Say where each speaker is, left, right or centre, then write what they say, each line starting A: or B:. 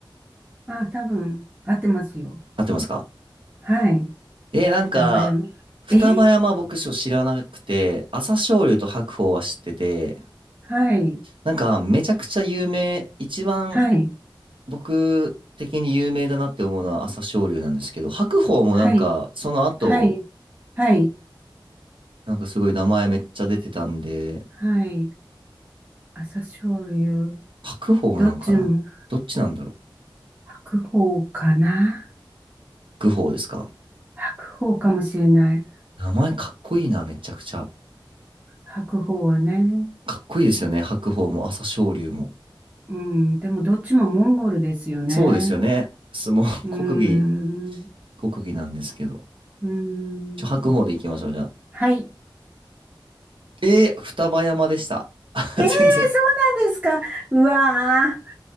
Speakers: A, on the right (about 15°); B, on the right (about 80°).
A: あ、多分、合ってますよ。
B: 合ってますか
A: はい。
B: え、なんか、
A: 双葉山。
B: 双葉山牧場知らなくて、
A: えー、
B: 朝青龍と白鵬は知ってて、
A: はい。
B: なんか、めちゃくちゃ有名、一番
A: はい。
B: 僕的に有名だなって思うのは朝青龍なんですけど、白鵬もなんか、
A: はい。
B: その後、
A: はい。はい。はい
B: なんかすごい名前めっちゃ出てたんで、
A: はい。朝青龍。
B: 白鵬なんかなどっちなんだろ
A: どっちも白鵬かな
B: う愚鵬ですか
A: 白鵬かもしれない。
B: 名前かっこいいな、めちゃくちゃ。
A: 白鵬はね。
B: かっこいいですよね、白鵬も朝青龍も。
A: うん。でもどっちもモンゴルですよね。
B: そうですよね。相撲、
A: うーん。
B: <laughs> 国技、国技なんですけど。
A: うーん。
B: ちょ白鵬で行きましょう、じゃあ。
A: はい。
B: えー、双葉山でした。<laughs>
A: ええー、
B: 全然、
A: そうなんですか。うわー。